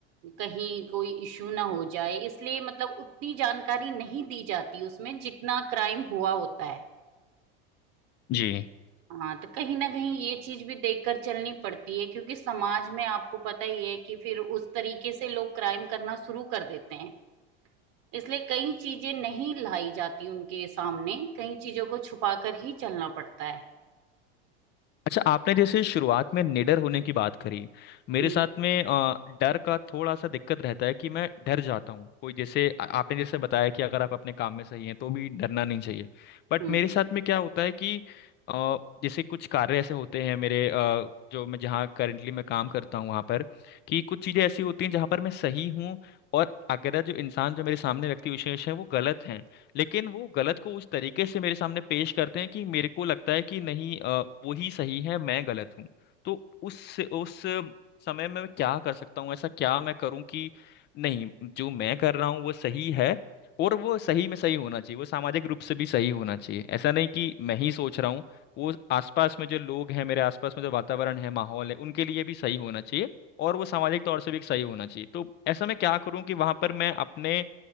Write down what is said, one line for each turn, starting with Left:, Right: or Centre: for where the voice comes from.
Right: कहीं कोई इशू ना हो जाए इसलिए मतलब उतनी जानकारी नहीं दी जाती उसमें जितना क्राइम हुआ होता है
Left: जी
Right: हाँ तो कहीं ना कहीं ये चीज भी देखकर चलनी पड़ती है क्योंकि समाज में आपको पता ही है कि फिर उस तरीके से लोग क्राइम करना शुरू कर देते हैं इसलिए कई चीजें नहीं लाई जाती उनके सामने कई चीजों को छुपा कर ही चलना पड़ता है
Left: अच्छा आपने जैसे शुरुआत में निडर होने की बात करी मेरे
Right: हम्म
Left: साथ में अ, डर का थोड़ा सा दिक्कत रहता है कि मैं डर जाता हूँ कोई जैसे आ- आपने जैसे बताया कि अगर आप अपने काम में सही हैं तो भी डरना नहीं चाहिए बट
Right: हम्म।
Left: मेरे साथ में क्या होता है कि अ, जैसे कुछ कार्य ऐसे होते हैं मेरे अ, जो मैं जहाँ करंटली मैं काम करता हूँ वहाँ पर कि कुछ चीज़ें ऐसी होती हैं जहाँ पर मैं सही हूँ और अगर जो इंसान जो मेरे सामने व्यक्ति विशेष है वो गलत है लेकिन वो गलत को उस तरीके से मेरे सामने पेश करते हैं कि मेरे को लगता है कि नहीं अ, वो ही सही है मैं गलत हूँ तो उस उस समय में मैं क्या कर सकता हूँ ऐसा क्या मैं करूँ कि नहीं जो मैं कर रहा हूँ वो सही है और वो सही में सही होना चाहिए वो सामाजिक रूप से भी सही होना चाहिए ऐसा नहीं कि मैं ही सोच रहा हूँ वो आसपास में जो लोग हैं मेरे आसपास में जो वातावरण है माहौल है उनके लिए भी सही होना चाहिए और वो सामाजिक तौर से भी सही होना चाहिए तो ऐसा मैं क्या करूँ कि वहां पर मैं अपने